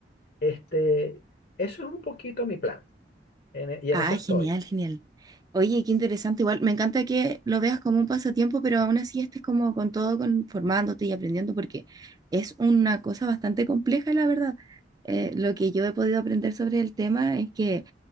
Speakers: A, on the left (about 55°); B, on the right (about 20°).
A: Este, eso es un poquito mi plan en e- y
B: Ah,
A: en eso estoy.
B: genial, genial. Oye, qué interesante. Igual, me encanta que lo veas como un pasatiempo, pero aún así estés como con todo, con, formándote y aprendiendo, porque es una cosa bastante compleja, la verdad. Eh, lo que yo he podido aprender sobre el tema es que